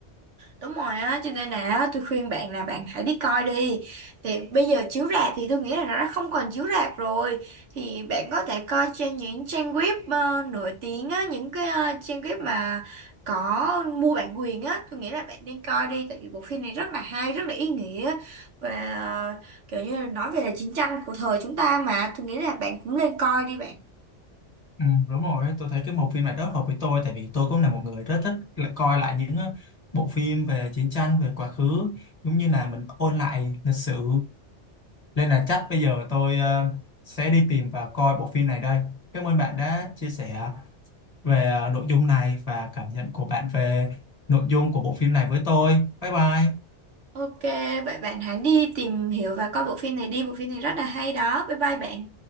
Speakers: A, on the right; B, on the left.
A: Đúng rồi á, cho nên là á, tôi khuyên bạn là bạn hãy đi coi đi. Thì bây giờ chiếu rạp thì tôi nghĩ là nó đã không còn chiếu rạp rồi. Thì bạn có thể coi trên những trang web ờ, nổi tiếng á, những cái ờ, trang web mà có mua bản quyền á. Tôi nghĩ là bạn nên coi đi, tại vì bộ phim này rất là hay, rất là ý nghĩa. Và ờ, kiểu như là nói về là chiến tranh của thời chúng ta mà. Tôi nghĩ là bạn cũng nên coi đi bạn.
B: ừ, đúng rồi tôi thấy cái bộ phim này rất hợp với tôi tại vì tôi cũng là một người rất thích là coi lại những ờ, bộ phim về chiến tranh về quá khứ giống như là mình ôn lại lịch sử nên là chắc bây giờ tôi ờ, sẽ đi tìm và coi bộ phim này đây cảm ơn bạn đã chia sẻ về à, nội dung này và cảm nhận của bạn về nội dung của bộ phim này với tôi. Bye bye.
A: Ok, vậy bạn hãy đi tìm hiểu và coi bộ phim này đi. Bộ phim này rất là hay đó. Bye bye bạn.